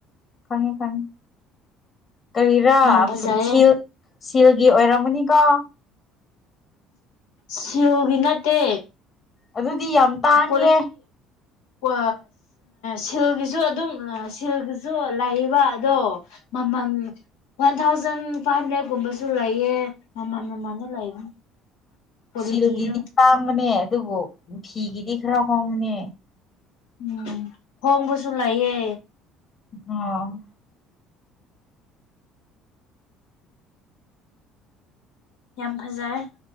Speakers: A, on the left; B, on the left.
A: ꯈꯪꯉꯦ ꯈꯪꯉꯦ ꯀꯔꯤꯔꯥ
B: ꯌꯥꯝ ꯐꯖꯩꯌꯦ
A: ꯁꯤ ꯁꯤꯜꯒꯤ ꯑꯣꯏꯔꯝꯃꯅꯤꯀꯣ
B: ꯁꯤꯜꯒꯤ ꯅꯠꯇꯦ
A: ꯑꯗꯨꯗꯤ ꯌꯥꯝ ꯇꯥꯡꯉꯦ
B: <unintelligible> ꯀꯣ ꯁꯤꯜꯒꯤꯁꯨ ꯑꯗꯨꯝ ꯁꯤꯜꯒꯤꯁꯨ ꯂꯩꯌꯦꯕ ꯑꯗꯣ ꯃꯃꯟ ꯋꯥꯟ ꯊꯥꯎꯖꯟ ꯐꯥꯏꯚ ꯍꯟꯗ꯭ꯔꯦꯗ ꯀꯨꯝꯕꯁꯨ ꯂꯩꯌꯦ ꯃꯃꯥꯟ ꯃꯃꯥꯟꯗ ꯂꯩꯕꯅꯤ ꯀ꯭ꯋꯥꯂꯤꯇꯤꯗꯣ
A: ꯁꯤꯜꯒꯤꯗꯤ ꯇꯥꯡꯕꯅꯦ ꯑꯗꯨꯕꯨ ꯐꯤꯒꯤꯗꯤ ꯈꯔ ꯍꯣꯡꯕꯅꯦ
B: ꯎꯝ ꯍꯣꯡꯕꯁꯨ ꯂꯩꯌꯦ
A: ꯑꯣ
B: ꯌꯥꯝ ꯐꯖꯔꯦ